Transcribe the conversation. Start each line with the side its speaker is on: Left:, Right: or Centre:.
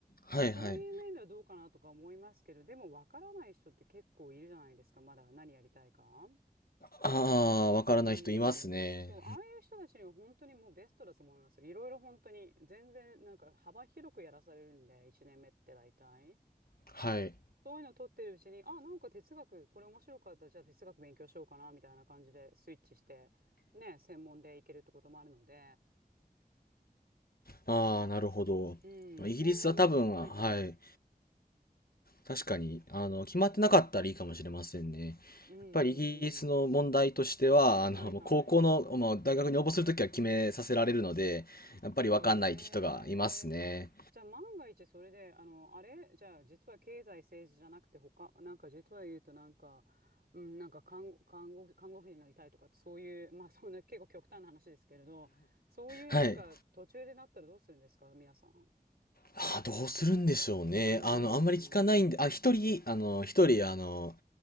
Left: あ、はいはい。
Right: そういう面ではどうかなとか思いますけど、でもわからない人って結構いるじゃないですか、まだ何やりたいか。
Left: ああ、わからない人いますね。
Right: うーん。そう、ああいう人たちには本当にもうベストだと思いますよ。いろいろ本当に、全然なんか幅広くやらされるんで、1年目って大体。
Left: はい。
Right: そういうの取ってるうちに、あ、なんか哲学、これ面白かった、じゃあ哲学勉強しようかな、みたいな感じでスイッチして、ね、専門でいけるってこともあるので、
Left: ああ、なるほど。
Right: うん、
Left: イギリスは多分、
Right: そういう面、はいはい。
Left: はい。確かに、あの、決まってなかったらいいかもしれませんね。や
Right: うんうんうん。
Left: っぱりイギリスの問題としては、あの、
Right: はいはい。
Left: もう高校の、まあ、大学に応募するときは決めさせられるので、やっぱりわかんないって人がいますね。
Right: へじゃあ万が一それで、あの、あれじゃあ実は経済政治じゃなくて他、なんか実は言うとなんか、うん、なんか看護、看護、看護婦になりたいとか、そういう、まあそんな結構極端な話ですけれど、そういうなんか途中でなったらどうするんですか、
Left: はい。
Right: 皆さん。
Left: あ、どうするんでしょうね。
Right: うーん、
Left: あの、あんまり聞かないんで、
Right: うん
Left: あ、一人、あの、一人、あの、